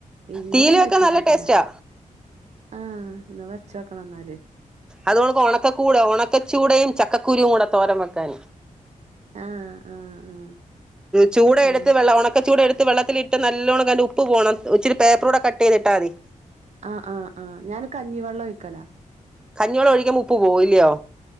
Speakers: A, on the right; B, in the centre.
A: ഇങ്ങനെണ്ടാക്കിക്കിട്ടില്ല
B: തീയല് വെക്കാൻ നല്ല ടേസ്റ്റാ
A: ആ നിവർ ച്ചോക്കണംന്നാല്
B: അതുകൊണ്ട് ഉണക്കക്കൂട ഉണക്കച്ചൂടയും ചക്ക കുരു കൂടെ തോരൻ വെക്കാൻ
A: ആഹ് ആഹ് ആഹ്
B: ചൂട
A: ആഹ്
B: എടുത്ത് വെള്ള ഉണക്ക ചൂട എടുത്ത് വെള്ളത്തിലിട്ട് നല്ലോണം കല്ല് ഉപ്പ് പോണം ഇച്ചിരി പേപ്പറ കൂടെ കട്ട് ചെയ്തിട്ടാ മതി
A: ആഹ് ആഹ് ആഹ് ഞാനൊ കഞ്ഞിവെള്ളം ഒഴിക്കല
B: കഞ്ഞി വെള്ളം ഒഴിക്കുമ്പോ ഉപ്പ് പോകുല്ലയോ